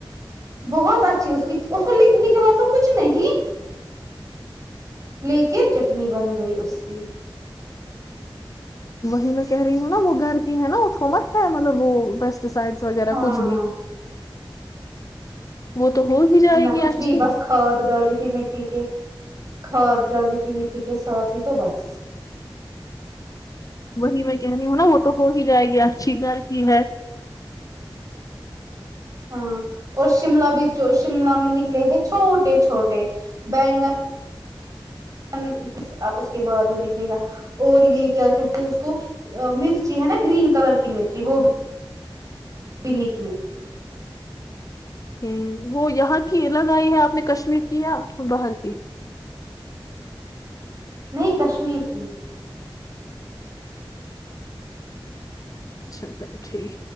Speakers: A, on the right; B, on the left.
A: بہت اچھی اس کی اس کو لک نکلا تو کچھ نہیں لیکن چٹنی بن گئی اس کی
B: وہیں میں کہہ رہی ہوں نا وہ گھر کی ہے نا اس کو مت ہے مطلب وہ ہس تو سائڈس وغیرہ
A: ہاں
B: کچھ بھی وہ تو ہو ہی جائے
A: نہ کچھ
B: گی اچھی
A: بھی بس کھاد ڈالی تھی مٹی کی کھاد ڈالی تھی مٹی کے ساتھ ہی تو بس
B: وہی میں کہہ رہی ہوں نا وہ تو ہو ہی جائے گی اچھی گھر کی ہے
A: ہاں اور شملہ بھی جو شملہ میں نکلے ہیں چھوٹے چھوٹے بینگن ن اب اس کے بعد وہ نکلے گا اور یہ کیا کہتے ہیں اس کو مرچی ہے نا گرین کلر کی مرچی وہ بھی بی نکلی
B: ہوں وہ یہاں کی لگائی ہیں آپ نے کشمیر کیا کو باہر کی
A: نہیں کشمیر کی
B: اچھا چلو ٹھیک